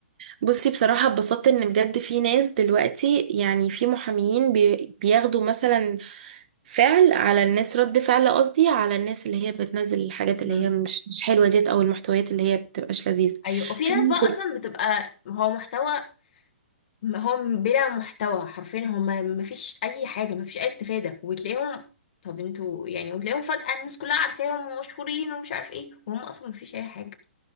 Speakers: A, on the right; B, on the left.
A: بصي بصراحة اتبسطت ان بجد في ناس دلوقتي يعني في محاميين بي- بياخدوا مثلا فعل على الناس رد فعل قصدي على الناس اللي هي بتنزل الحاجات
B: مم.
A: اللي هي مش مش حلوة ديت او المحتويات اللي هي بتبقاش لذيذة
B: ايوه وفي
A: في
B: ناس
A: ناس
B: بقى اصلا بتبقى هو محتوى م- هم بلا محتوى حرفيا هم مفيش اي حاجه مفيش اي استفاده وتلاقيهم طب انتوا يعني وتلاقيهم فجاه الناس كلها عارفاهم ومشهورين ومش عارف ايه وهم اصلا مفيش اي حاجه